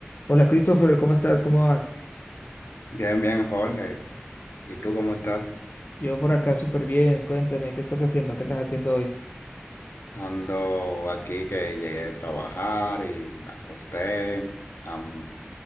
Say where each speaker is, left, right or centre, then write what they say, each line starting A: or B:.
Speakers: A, on the left; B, on the left.
A: Hola Christopher, ¿cómo estás? ¿Cómo vas?
B: Bien, bien, Jorge. ¿Y tú cómo estás?
A: Yo por acá súper bien. Cuéntame, ¿qué estás haciendo? ¿Qué estás haciendo hoy?
B: Ando aquí que llegué de trabajar y me acosté, am,